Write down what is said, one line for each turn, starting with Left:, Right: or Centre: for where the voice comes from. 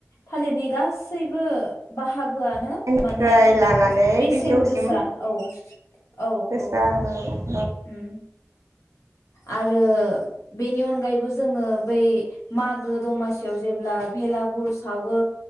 Left: थालिरनि गा सैबो बाहागोआनो
Right: गारालाबनिफ्राय
Left: माने
Right: लानानै
Left: बेसेन
Right: बिजौसिम
Left: गोसा औ औ
Right: दा
Left: उम आरो बेनि अनगायैबो जोङो बै माग गो दमासियाव जेब्ला भेलागुर सावो